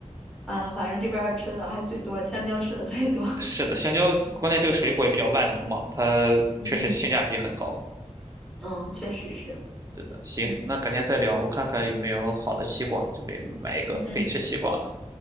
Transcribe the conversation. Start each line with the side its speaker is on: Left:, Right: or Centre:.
Centre: 嗯，反正这边儿吃的还最多，香蕉吃的最多，
Right: 是的，香蕉关键这个水果也比较万能嘛，它确实性价比很高。
Centre: <laughs> 嗯嗯。嗯，确实是，
Right: 是的，行，
Centre: 嗯
Right: 那改天再聊，我看看有没有好的西瓜，准备买一个，
Centre: 嗯嗯，
Right: 可以吃西瓜了，